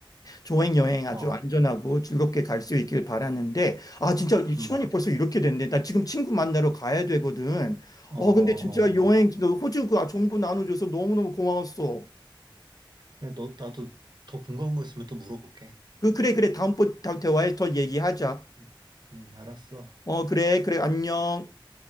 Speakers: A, on the left; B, on the right.
A: 조행 여행 아주
B: 어,
A: 안전하고 즐겁게 갈 수 있길 바라는데 아 진짜 이 시간이
B: 음.
A: 벌써 이렇게 됐네. 나 지금 친구 만나러 가야 되거든.
B: 어,
A: 어
B: 어,
A: 근데 진짜
B: 어,
A: 여행
B: 어.
A: 너 호주 그 정보 나눠줘서 너무너무 고마웠어.
B: 그래, 너, 나도 더 궁금한 거 있으면 또 물어볼게.
A: 그 그래 그래 다음번 다- 대화에 더 얘기하자.
B: 음, 음, 알았어.
A: 어 그래 그래 안녕.